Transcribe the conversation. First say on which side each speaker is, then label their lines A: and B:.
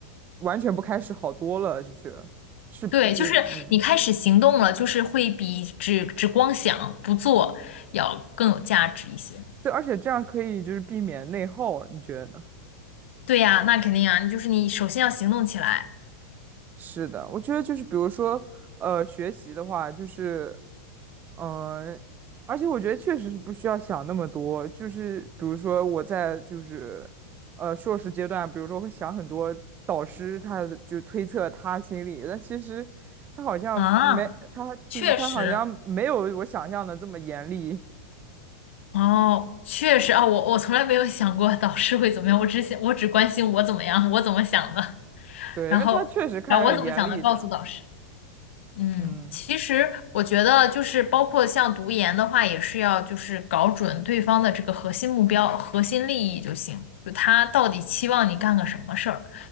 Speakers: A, on the right; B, on the left.
A: 完全不开始好多了，就是是就嗯，
B: 对，就是你开始行动了，就是会比只只光想不做要更有价值一些。
A: 对，而且这样可以就是避免内耗，你觉得呢？
B: 对呀，那肯定啊，你就是你首先要行动起来
A: 是的，我觉得就是比如说，呃，学习的话，就是，嗯、而且我觉得确实是不需要想那么多。就是比如说我在就是，呃，硕士阶段，比如说会想很多导师他的就推测他心里，但其实他好像没他就是他好像没有我想象的这么严厉。
B: 啊，确实，哦，确实啊，我我从来没有想过导师会怎么样，我只想我只关心我怎么样，我怎么想的，<laughs>
A: 对，
B: 然后然后我怎么想的告诉导师。
A: 因为他确实看着很严厉，这样。
B: 嗯，
A: 嗯。
B: 其实我觉得就是包括像读研的话，也是要就是搞准对方的这个核心目标、核心利益就行。就他到底期望你干个什么事儿？